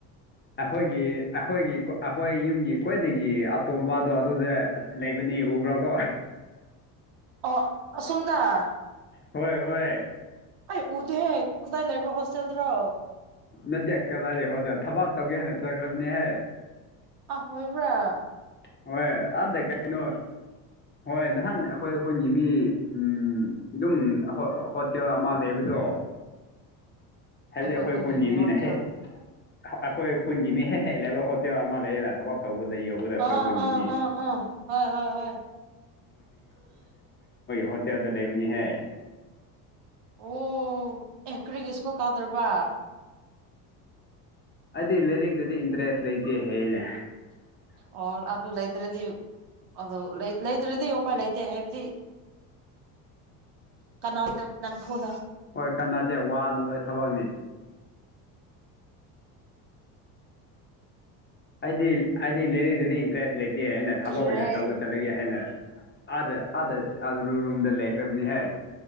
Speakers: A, on the left; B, on the right.
A: ꯑꯩꯈꯣꯏꯒꯤ ꯑꯩꯈꯣꯏꯒꯤ ꯑꯩꯈꯣꯏ ꯌꯨꯝꯒꯤ ꯈ꯭ꯣꯏꯗꯒꯤ ꯑꯇꯣꯝꯕꯗꯣ ꯑꯗꯨꯗ ꯂꯩꯕꯅꯤ ꯎꯕ꯭ꯔꯣ ꯀꯣ
B: ꯑꯣ ꯁꯨꯝꯗ
A: ꯍꯣꯏ ꯍꯣꯏ
B: ꯑꯩ ꯎꯗꯤꯍꯦ ꯀꯗꯥꯏ ꯂꯩꯕ꯭ꯔꯣ ꯍꯣꯁꯇꯦꯜꯗ꯭ꯔꯣ
A: ꯅꯠꯇꯦ ꯀꯗꯥꯏꯔꯤ ꯍꯣꯖꯅ ꯊꯕꯥ ꯇꯧꯒꯦ ꯍꯥꯏꯦꯅ ꯆꯠꯈ꯭ꯔꯕꯅꯤꯍꯦ <unintelligible>
B: ꯑꯥ‌ ꯍꯣꯏꯕ꯭ꯔꯥ
A: ꯑꯣ ꯑꯥꯗ ꯀꯩꯏꯅꫭ ꯍꯣꯏ ꯅꯍꯥꯟ ꯑꯩꯈꯣꯏ ꯈꯨꯟꯒꯤ ꯃꯤ ꯎꯝ ꯑꯗꯨꯝ ꯀꯀꯦꯜ <unintelligible> ꯑꯃ ꯂꯩꯕꯗꯣ
B: <inaudible>
A: ꯍꯥꯏꯕꯗꯤ ꯑꯩꯈꯣꯏ
B: ꯈꯨꯟꯒꯤ
A: ꯈꯨꯜꯒꯤ
B: ꯃꯤ
A: ꯃꯤꯅ
B: ꯍꯣꯇꯦꯜ
A: ꯍꯦꯛ ꯑꯩꯈꯣꯏ ꯈꯨꯟꯒꯤ ꯃꯤ ꯍꯦꯛ ꯍꯦꯛ ꯂꯩꯕ ꯍꯣꯇꯦꯜ ꯑꯃ ꯂꯩꯌꯦꯅ ꯊꯕꯛ ꯇꯧꯕꯗ ꯌꯧꯕꯗ ꯑꯩꯈꯣꯏ
B: ꯑꯥ
A: ꯄꯨꯉꯤꯅꯤꯏ
B: ꯑꯥ ꯑꯥ ꯑꯥ ꯍꯣꯏ ꯍꯣꯏ ꯍꯣꯏ
A: ꯍ <unintelligible> ꯇꯗ <unintelligible> ꯂꯩꯕꯅꯤꯍꯦ
B: ꯑꯣ ꯑꯦ ꯀꯔꯤꯒꯤ ꯁ꯭ꯀꯨꯜ ꯀꯥꯗ꯭ꯔꯕꯥ
A: ꯑꯩꯗꯤ ꯂꯥꯏꯔꯤꯛꯇꯗꯤ ꯏꯟꯇꯔꯦꯁ ꯂꯩꯇꯦ ꯍꯌꯦꯅꯦ
B: ꯑꯣ ꯑꯗꯨ ꯂꯩꯇ꯭ꯔꯗꯤ ꯑꯗꯨ ꯂꯩꯗ꯭ꯔꯗꯤ ꯎꯄꯥꯏ ꯂꯩꯇꯦ ꯍꯥꯏꯕꯗꯤ ꯀꯅꯥꯗ ꯅꯝꯐꯨꯗ
A: ꯍꯣꯏ ꯀꯥꯟꯅꯗꯦ ꯋꯥꯅꯕ ꯊꯕꯛꯅꯤ ꯑꯩꯗꯤ ꯍꯥꯏꯗꯤ ꯂꯩꯔꯤꯛꯇꯗꯤ ꯏꯟꯇ꯭ꯔꯦꯁ ꯂꯩꯇ‌ꯦ ꯍꯥꯏꯅ
B: ꯀꯔꯤꯔꯍꯦ
A: ꯊꯕꯛ ꯑꯣꯏꯅ ꯇꯧꯕ ꯆꯠꯂꯒꯦ ꯍꯥꯏꯅ ꯑꯥꯗ ꯑꯥꯗꯥ ꯔꯨꯔꯨꯝꯗ ꯂꯩꯈ꯭ꯔꯕꯅꯤꯍꯦ